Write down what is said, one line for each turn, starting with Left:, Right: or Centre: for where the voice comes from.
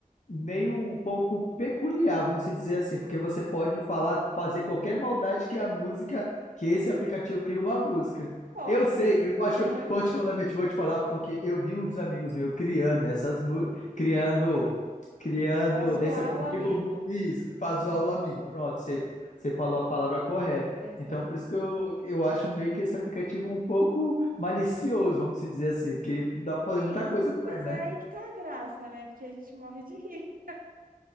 Left: meio um pouco peculiar, vamos se dizer assim, porque você pode falar, fazer qualquer maldade que é a música, que esse aplicativo cria uma música.
Right: pode.
Left: Eu sei,
Right: vi.
Left: eu particu-
Right: Uhum.
Left: particularmente vou te falar porque eu vi uns amigos meus criando essas mu- criando criando
Right: Pra zoar
Left: nesse aplicativo
Right: o amigo.
Left: isso, faz
Right: Hum,
Left: zoar o amigo. Pronto, você você falou a palavra correta.
Right: exato.
Left: Então, por isso que eu, eu acho meio que esse aplicativo um pouco malicioso, vamos se dizer assim, porque dá para fazer
Right: Sim,
Left: muita coisa com
Right: mas
Left: ele, né?
Right: é aí que tá a graça, né? Porque a gente morre de rir.